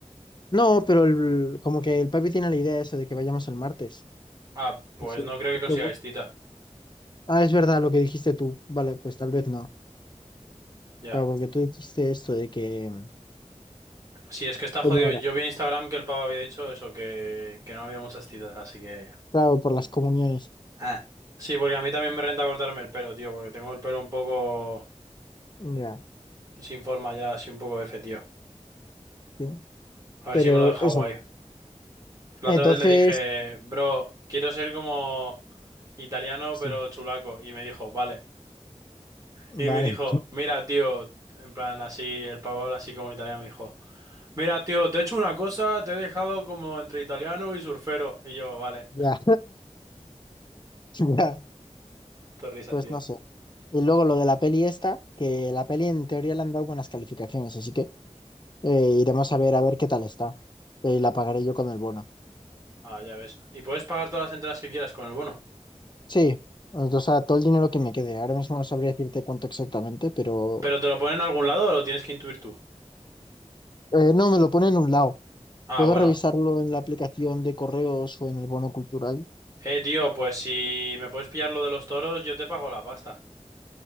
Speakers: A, on the left; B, on the right.
A: No, pero el- como que el papi tiene la idea de eso, de que vayamos el martes.
B: Ah, pues
A: Así,
B: no creo que consigáis
A: luego-
B: cita.
A: Ah, es verdad lo que dijiste tú, vale, pues tal vez no.
B: Ya.
A: Claro, porque tú dijiste esto de que,
B: Sí, es que está
A: ¿cómo
B: jodido.
A: era?
B: Yo vi en Instagram que el pavo había dicho eso, que, que no había muchas citas, así que...
A: Claro, por las comuniones.
B: Ah. Sí, porque a mí también me renta cortarme el pelo, tío, porque tengo el pelo un poco
A: Ya,
B: sin forma ya, así un poco F, tío.
A: sí.
B: A ver
A: Pero
B: si me lo deja
A: eso,
B: guay. La
A: entonces,
B: otra vez le dije, bro, quiero ser como italiano
A: sí,
B: pero chulaco. Y me dijo, vale. Y
A: vale,
B: me dijo,
A: <laughs>
B: mira, tío, en plan así, el pavo habla así como italiano, me dijo, mira, tío, te he hecho una cosa, te he dejado como entre italiano y surfero. Y yo, vale,
A: ya, <laughs> ya,
B: te risa,
A: pues
B: tío.
A: no sé. Y luego lo de la peli esta, que la peli en teoría le han dado buenas calificaciones, así que eh, iremos a ver a ver qué tal está. Eh, la pagaré yo con el bono.
B: Ah, ya ves. Y puedes pagar todas las entradas que quieras con el bono.
A: Sí, o sea, todo el dinero que me quede. Ahora mismo no sabría decirte cuánto exactamente, pero
B: ¿Pero te lo ponen en algún lado o lo tienes que intuir tú?
A: eh, no, me lo pone en un lado.
B: Ah,
A: Puedo
B: bueno.
A: revisarlo en la aplicación de correos o en el bono cultural
B: Eh, tío, pues si me puedes pillar lo de los toros, yo te pago la pasta.